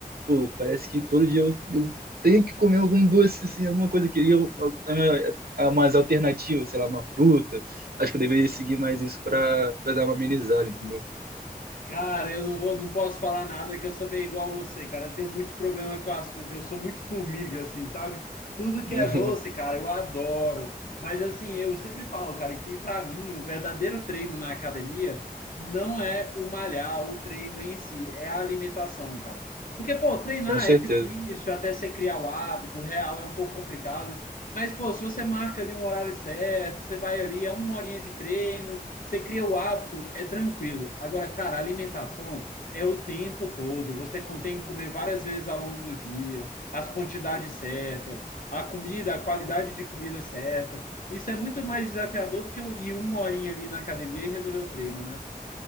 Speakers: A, on the right (about 75°); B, on the left (about 60°).
A: pô, parece que todo dia eu, tenho que comer algum doce, assim, alguma coisa que eu, eu também, ah, mais alternativa, sei lá, uma fruta. Acho que eu deveria seguir mais isso para dar uma amenizada, entendeu?
B: Cara, eu não vou, não posso falar nada que eu sou bem igual a você, cara. Eu tenho muito problema com açúcar, eu sou muito formiga, assim, sabe? Tudo que
A: <laughs>
B: é doce, cara, eu adoro. Mas assim, eu sempre falo, cara, que pra mim o verdadeiro treino na academia não é o malhar, o treino em si, é a alimentação, cara. Porque, pô, treinar
A: Com certeza,
B: é difícil, até você criar o hábito, real é um pouco complicado. Mas, pô, se você marca ali um horário certo, você vai ali, é uma horinha de treino. Você cria o hábito, é tranquilo. Agora, cara, a alimentação é o tempo todo. Você tem que comer várias vezes ao longo do dia, as quantidades certas, a comida, a qualidade de comida certa. Isso é muito mais desafiador do que eu ir uma horinha ali na academia e resolver o treino, né?